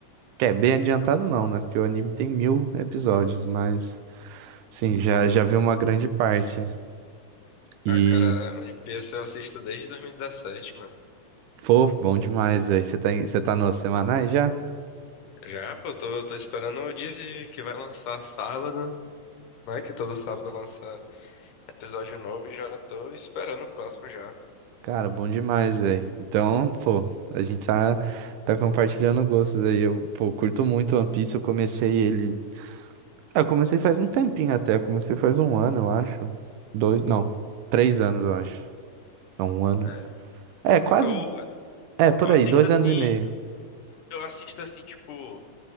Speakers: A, on the right (about 80°); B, on the left (about 80°).
A: Quer, bem adiantado não, né? Porque o anime tem mil episódios, mas, sim, já, já vi uma grande parte. E,
B: Ah, cara, One Piece eu assisto desde 2017, mano.
A: pô, bom demais, velho. Você tá, em- você tá nos semanais já?
B: Já, pô, eu tô, tô esperando o dia que vai lançar sábado, né? Que todo sábado lança episódio novo e já tô esperando o próximo já.
A: Cara, bom demais, velho. Então, pô, a gente tá, tá compartilhando gostos aí. Eu, pô, curto muito One Piece. Eu comecei ele. Ah, eu comecei faz um tempinho até. Eu comecei faz um ano, eu acho. Dois, não, três anos, eu acho. Não, um ano.
B: É,
A: É, quase.
B: eu,
A: É, por
B: eu
A: aí,
B: assisto
A: dois
B: assim,
A: anos e meio.
B: eu assisto assim, tipo...